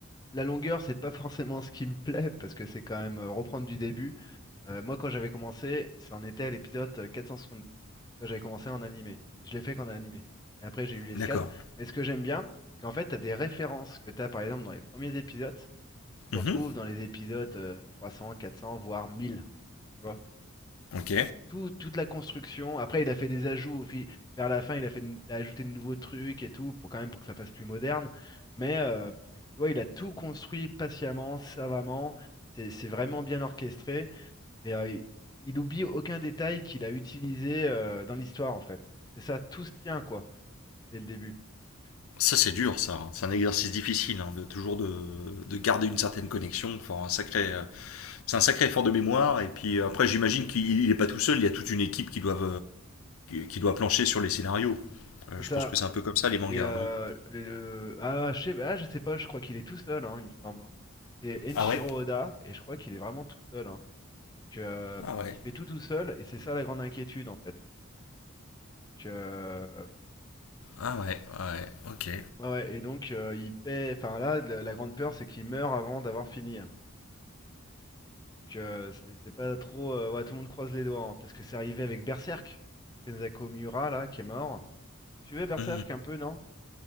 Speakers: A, on the left (about 20°); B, on the left (about 80°).
A: la longueur, c'est pas forcément ce qui me plaît parce que c'est quand même euh, reprendre du début. Euh, moi, quand j'avais commencé, ça en était à l'épisode euh, 470. Tu vois, J'avais commencé en animé. Je l'ai fait qu'en animé. Et après, j'ai eu les
B: D'accord.
A: scans. Mais ce que j'aime bien, c'est qu'en fait, tu as des références que tu as, par exemple, dans les premiers épisodes. tu
B: Mhm.
A: retrouves dans les épisodes euh, 300, 400, voire 1000, tu vois.
B: Ok.
A: Tout- toute la construction. Après, il a fait des ajouts. au fil- Vers la fin, il a fait, de- il a ajouté de nouveaux trucs et tout, pour quand même pour que ça fasse plus moderne. Mais euh, tu vois, il a tout construit patiemment, savamment. C'est c'est vraiment bien orchestré. Mais euh, il, il oublie aucun détail qu'il a utilisé euh, dans l'histoire, en fait. C'est ça, tout se tient, quoi, dès le début.
B: Ça
A: Donc,
B: c'est dur ça. hein. C'est un exercice difficile hein, de toujours de, de garder une certaine connexion. Enfin, un sacré euh, c'est un sacré effort de mémoire. Et puis euh, après, j'imagine qu'il n'est pas tout seul. Il y a toute une équipe qui doit, qui doit plancher sur les scénarios. Euh,
A: C'est
B: je
A: ça.
B: pense que c'est un peu comme ça les mangas,
A: Et euh,
B: non
A: le, le- Ah, je sais... ah, je sais pas, je crois qu'il est tout seul, hein, il me semble. hein. C'est Enshiro
B: Ah ouais
A: Oda, et je crois qu'il est vraiment tout seul. hein. Donc, euh,
B: Ah ouais.
A: il fait tout tout seul, et c'est ça la grande inquiétude, en fait. Donc, euh,
B: Ah ouais, ouais, ok.
A: ouais, ouais, et donc, euh, il paie. Enfin, là, la, la grande peur, c'est qu'il meurt avant d'avoir fini. hein. Donc, euh, c'est c'est pas trop. euh, Ouais, tout le monde croise les doigts, hein, parce que c'est arrivé avec Berserk, Kenzaku Miura, là, qui est mort. Tu veux Berserk
B: Hmm.
A: un peu, non?